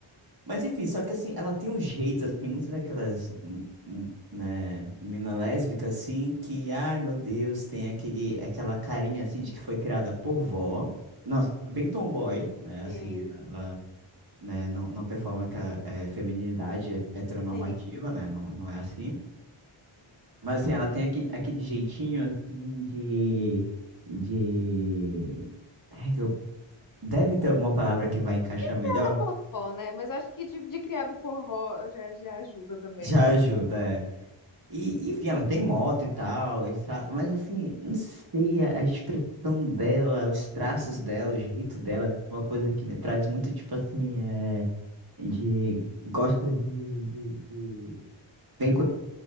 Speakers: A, on the right (about 45°); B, on the left (about 40°).
A: Mas enfim, só que assim, ela tem um jeito, assim, muito daquelas, hum, hum, né, mina lésbica, assim, que, ai meu Deus, tem aquele, aquela carinha, assim, de que foi criada por vó. Nossa, ela é bem tomboy, né,
B: Ok,
A: assim, ela, né, não, não performa com a é, feminilidade heteronormativa,
B: Sim.
A: né, não, não é assim. Mas assim, ela tem aquele, aquele jeitinho, assim, de, de... Ai, que eu- Deve ter alguma palavra que vai encaixar melhor?
B: Criada por vó, né? Mas eu acho que de, de criada por vó já, já ajuda também.
A: Já ajuda, é. E, enfim, ela tem moto e tal, essa- mas assim, não sei, a, a expressão dela, os traços dela, o jeito dela, é uma coisa que me traz muito, tipo assim, é, de, gosta de, de, de... Vem com